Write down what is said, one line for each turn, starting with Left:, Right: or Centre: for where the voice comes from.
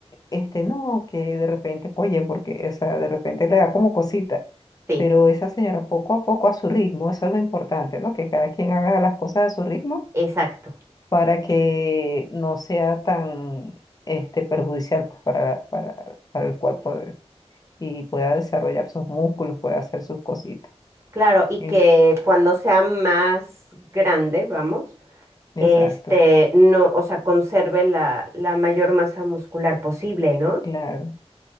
Left: este, no, que de repente, oye, porque, o sea, de repente le da como cosita,
Right: Sí,
Left: pero esa señora poco a poco a su ritmo, eso es lo importante, ¿no? Que cada quien haga las cosas a su ritmo
Right: exacto.
Left: para que no sea tan, este, perjudicial pues, para, para, para el cuerpo de- y pueda desarrollar sus músculos, pueda hacer sus cositas.
Right: Claro, y
Left: En-
Right: que cuando sea más grande, vamos,
Left: exacto,
Right: este, no, o sea, conserve la, la mayor masa muscular posible, ¿no?
Left: claro.